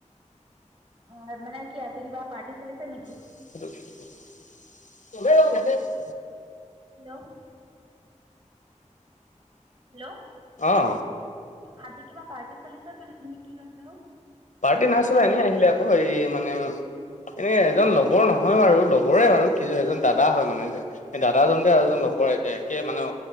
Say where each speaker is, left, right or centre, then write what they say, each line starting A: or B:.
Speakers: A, on the right; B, on the left.
A: অ' মানে কি আছে কিবা পাৰ্টি চলিছে নেকি?
B: <unintelligible>
A: হেল্ল' হেল্ল'
B: অ,
A: আজি কিবা পাৰ্টি চলিছে ন' কি কৈছোঁ?
B: পাৰ্টি নাছিলে এনেই আহিলে আকৌ এই মানে এ এজন লগৰ নহয় বাৰু লগৰে বাৰু কিযে এজন দাদা হয় মানে যে। এ দাদাজন যে আৰু
A: অ'
B: এজন লগৰ এতে একে মানে